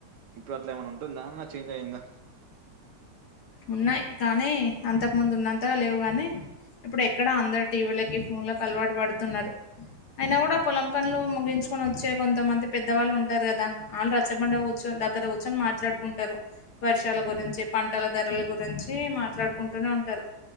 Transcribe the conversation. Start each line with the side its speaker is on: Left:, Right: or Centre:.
Right: ఇప్పుడు అట్లా ఏమైన్నా ఉంటుందా ఏమన్నా చేంజ్ అయ్యిందా
Left: ఉన్నాయి కానీ అంతకు ముందు ఉన్నంతగా లేవు కాని ఇప్పుడు ఎక్కడా అందరుూ టీవీలకి ఫోన్లోకి అలవాటు పడుతున్నారు అయినా కూడా పొలం పనులు ముగించుకొని వచ్చే కొంతమంది పెద్దవాళ్ళు ఉంటారు కదా వాళ్ళు రచ్చబండవచ్చు దగ్గర కూచ్చొని మాట్లాడుకుంటారు వర్షాల గురించి పంటల దగ ఇల గురించి మాట్లాడుకుంటూనే ఉంటారు